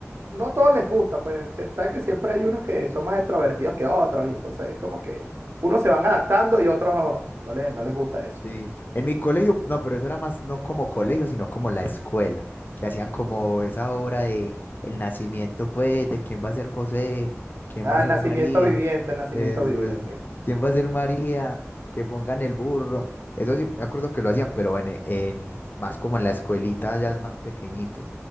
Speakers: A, on the right; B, on the left.
A: no a todos les gusta, pues se- sabes que siempre hay unos que son más extrovertidos que otros, y entonces es como que unos se van adaptando y otros no, no, le- no les gusta eso.
B: Sí, en mi colegio, no, pero eso era más no como colegio, sino como la escuela, que hacían como esa obra de el nacimiento, pues, de quién va a ser José, quién
A: Ah,
B: va a ser
A: el nacimiento
B: María,
A: viviente, el nacimiento
B: eso,
A: viviente.
B: eso, quién va a ser María, que pongan el burro, eso sí, me acuerdo que lo hacían, pero en, en- más como en la escuelita, ya es más pequeñitos,